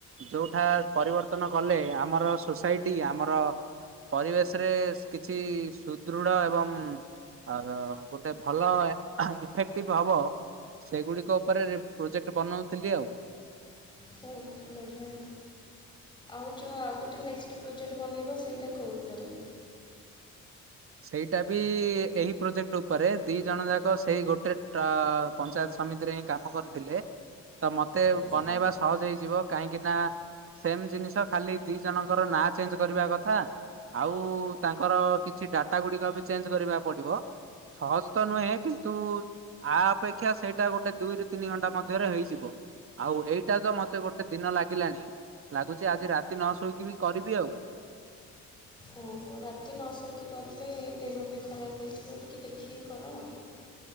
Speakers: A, on the right; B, on the left.
A: ଯୋଉଠା ପରିବର୍ତ୍ତନ କଲେ ଆମର ଆମର ସୋସାଇଟି ଆମର ପରିବେଶରେ କିଛି ସୁଦୃଢ଼ ଏବଂ ଆ ଗୋଟେ ଭଲ ଇଫେକ୍ଟିଭ ହବ। ସେଗୁଡିକ ଉପରେ ପ୍ରୋଜେକ୍ଟ ବନଉଥିଲି ଆଉ।
B: ବହୁ ବଢ଼ିଆଁ। ଆଉ ଯଉଁ ଆଉ ଗୋଟେ ନେକ୍ସଟ ପ୍ରୋଜେକ୍ଟ ବନେଇବ ସେଇଟା କୋଉ ଉପରେ?
A: ସେଇଟା ବି ଏହି ପ୍ରୋଜେକ୍ଟ ଉପରେ ଦି ଜଣ ଯାକ ସେଇ ଗୋଟେ ଟା ପଞ୍ଚାୟତ ସମିତିରେ ହିଁ କାମ କରିଥିଲେ, ତ ମୋତେ
B: ଓହୋ
A: ବନାଇବା ସହଜ ହେଇଯିବ କାହିଁକିନା ସେମ୍ ଜିନିଷ ଖାଲି ଦିଇ ଜଣଙ୍କର ନାଁ ଚେଞ୍ଜ କରିବା କଥା ଆଉ ତାଙ୍କର କିଛି ଡାଟା ଗୁଡ଼ିକ ବି ଚେଞ୍ଜ କରିବାକୁ ପଡ଼ିବ। ସହଜ ତ ନୁହେଁ କିନ୍ତୁ ଆ ଅପେକ୍ଷା ସେଇଟା ଗୋଟେ ଦୁଇରୁ ତିନି ଘଣ୍ଟା ମଧ୍ୟରେ ହେଇଯିବ। ଆଉ ଏଇଟା ତ ମତେ ଗୋଟେ ଦିନ ଲାଗିଲାଣି। ଲାଗୁଛି ଆଜି ରାତି ନ ଶୋଇକି ବି କରିବି ଆଉ।
B: ଓହୋ ରାତି ନଶୋଇକି କରିଲେ ଦେହ ବି ଖରାପ ହେଇଯିବ ଟିକେ ଦେଖିକି କର